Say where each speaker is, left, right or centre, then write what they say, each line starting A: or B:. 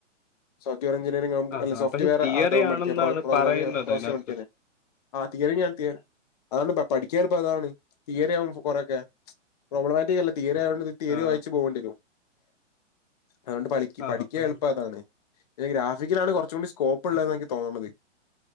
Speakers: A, on the left (about 35°); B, on the left (about 80°).
A: സോഫ്റ്റവെയർ എഞ്ചിനിയറിങ്ങ് ആവുമ്പം
B: ആ
A: അല്ലെ
B: ആ
A: സോഫ്റ്റ്
B: പക്ഷെ
A: വെയർ
B: തിയറി
A: അത് ആവും
B: ആണെന്നാണ്
A: പഠിക്ക്യാ പ്രോഗാ പ്രോഗ്രാമി
B: പറയുന്നത്
A: പ്രോസസ്സിംഗ്
B: അതിനകത്ത്
A: പഠിക്കാനെ ആഹ് തിയെറി ഞാ തിയെ അതാണ് ഇപ്പ പഠിക്കാന് എൾപ്പം അതാണ് തിയെറി ആവുമ്പം കൊറെയൊക്കെ പ്രോബ്ലമാറ്റ് ചെയ്യാ ഇള്ളെ തിയെറി ആയോണ്ട് ഇത് തീയറി
B: ആ
A: വായിച്ചു പോകണ്ടിവരും അതുകൊണ്ട് പളിക്ക്
B: ആ ആ
A: പഠിക്കാൻ
B: ആ
A: എളുപ്പം അതാണ് ഗ്രാഫിക്കിലാണ് കൊറച്ചുകൂടി സ്കോപ്പ് ഉള്ളത്തെന്ന് എനിക്ക് തോന്നണത്